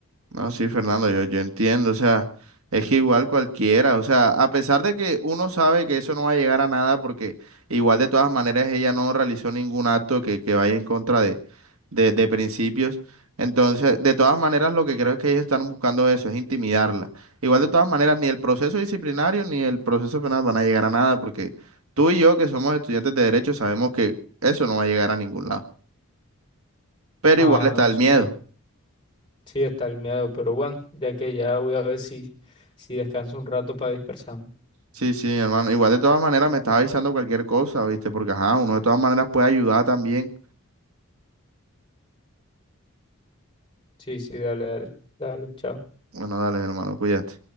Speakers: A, on the right; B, on the left.
A: No, sí, Fernando, yo, yo entiendo, o sea, es que igual cualquiera, o sea, a pesar de que uno sabe que eso no va a llegar a nada, porque igual de todas maneras ella no realizó ningún acto que, que vaya en contra de, de, de principios, entonces, de todas maneras, lo que creo es que ellos están buscando eso, es intimidarla. Igual de todas maneras, ni el proceso disciplinario ni el proceso penal van a llegar a nada, porque tú y yo, que somos estudiantes de derecho, sabemos que eso no va a llegar a ningún lado, pero
B: Ah,
A: igual está
B: no,
A: Claro.
B: sí,
A: el miedo.
B: sí, sí está el miedo, pero bueno, ya que ya voy a ver si, si descanso un rato para dispersarme.
A: Sí, sí, hermano. Igual de todas maneras me estás avisando cualquier cosa, ¿viste? Porque, ajá, uno de todas maneras puede ayudar también.
B: Sí, sí, dale, dale, dale, chao.
A: Bueno, dale, mi hermano, cuídate.